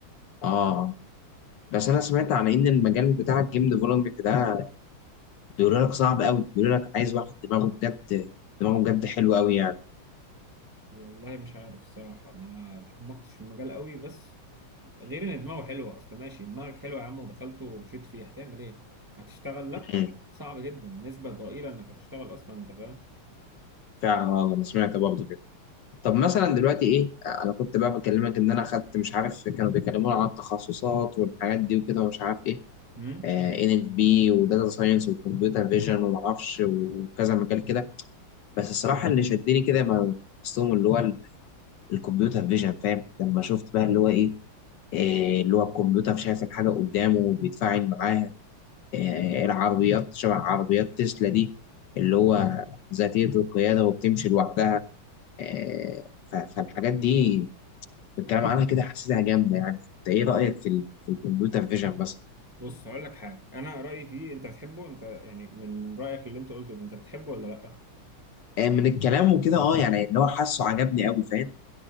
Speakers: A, on the left; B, on the right.
A: اه بس انا سمعت عن ان المجال بتاع الجيم ديفلوبمنت ده بيقولوا لك صعب قوي بيقولوا لك عايز واحد دماغه بجد دماغه بجد حلو قوي يعني
B: والله مش عارف الصراحه ما تعمقتش في المجال قوي بس غير ان دماغه حلوه اصل ماشي دماغك حلوه يا عم ودخلته ومشيت فيه هتعمل ايه هتشتغل لا
A: امم
B: صعب جدا نسبه ضئيله انك هتشتغل اصلا انت فاهم
A: فعلا والله انا سمعت برضه كده طب مثلا دلوقتي ايه انا كنت بقى بكلمك ان انا اخدت مش عارف كانوا بيكلمونا عن التخصصات والحاجات دي وكده ومش عارف ايه
B: مم؟
A: ان اف بي وداتا ساينس وكمبيوتر فيجن ومعرفش وكذا مجال كده بس الصراحه اللي شدني كده ما قصتهم اللي هو ال- الكمبيوتر فيجن فاهم لما شفت بقى اللي هو ايه آه، اللي هو الكمبيوتر شايف الحاجه قدامه وبيتفاعل معاها آه، العربيات شبه عربيات تسلا دي اللي هو ذاتيه القياده وبتمشي لوحدها آه، ف- فالحاجات دي بالكلام عنها كده حسيتها جامده يعني انت ايه رايك في ال... في الكمبيوتر فيجن مثلا
B: بص هقول لك حاجه انا رايي فيه انت بتحبه انت يعني من رايك اللي انت قلته ده انت بتحبه ولا لا
A: آه، من الكلام وكده اه يعني اللي هو حاسه عجبني قوي فاهم